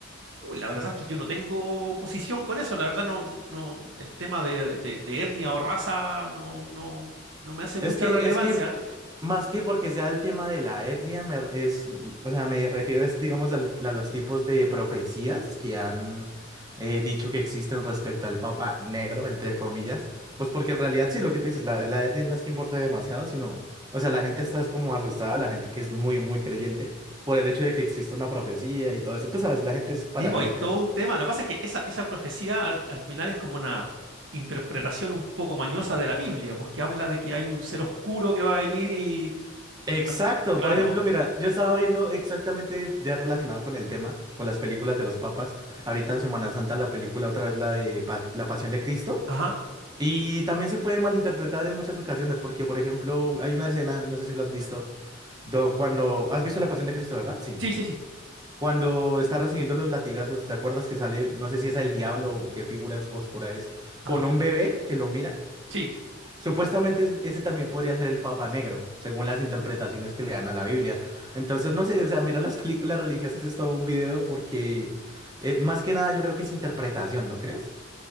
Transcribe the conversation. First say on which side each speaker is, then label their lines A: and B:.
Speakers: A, on the right; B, on the right.
A: uy, la verdad es que yo no tengo posición con eso, la verdad no, no, el tema de, de- de etnia o raza no, no, no me hace
B: Es
A: mucha
B: que,
A: relevancia.
B: es que más que porque sea el tema de la etnia, me, re- es, o sea, me refiero es, digamos, al- a los tipos de profecías que han eh, dicho que existen respecto al Papa Negro, entre comillas. Pues porque en realidad sí, lo que tú dices, la, la etnia no es que importe demasiado, sino, o sea, la gente está es como asustada, la gente que es muy, muy creyente por el hecho de que exista una profecía y todo eso. Tú sabes, la gente es paranoica.
A: Tipo, hay todo un tema. Lo que pasa es que esa, esa profecía al, al final es como una interpretación un poco mañosa de la Biblia, pues que habla de que hay un ser oscuro que va a venir y...
B: Exacto,
A: cuando- Claro.
B: por ejemplo, mira, yo estaba viendo exactamente ya relacionado con el tema, con las películas de los papas, ahorita en Semana Santa la película otra vez la de Pas- La Pasión de Cristo,
A: Ajá.
B: y también se puede malinterpretar en muchas ocasiones, porque por ejemplo, hay una escena, no sé si la has visto, do- cuando, ¿has visto La Pasión de Cristo, verdad? Sí.
A: Sí, sí, sí.
B: Cuando está recibiendo los latigazos, ¿te acuerdas que sale, no sé si es el diablo o qué figura os- oscura es, con
A: Ajá.
B: un bebé que lo mira?
A: Sí.
B: Supuestamente es- ese también podría ser el Papa Negro, según las interpretaciones que le dan a la Biblia. Entonces, no sé, o sea, mirar <laughs> las películas religiosas es todo un video porque eh, más que nada yo creo que es interpretación, ¿no crees?